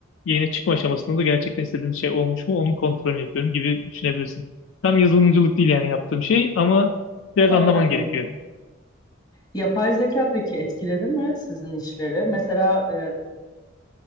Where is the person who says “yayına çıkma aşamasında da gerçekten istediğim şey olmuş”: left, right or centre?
Left